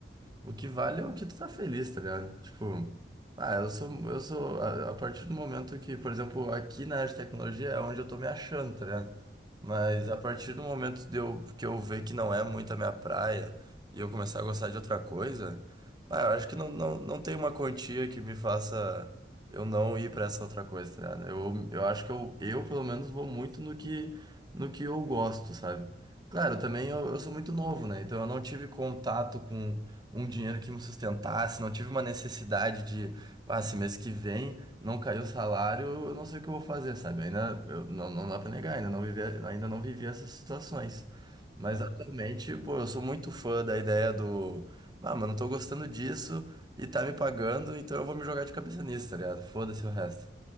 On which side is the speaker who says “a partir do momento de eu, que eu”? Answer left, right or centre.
Right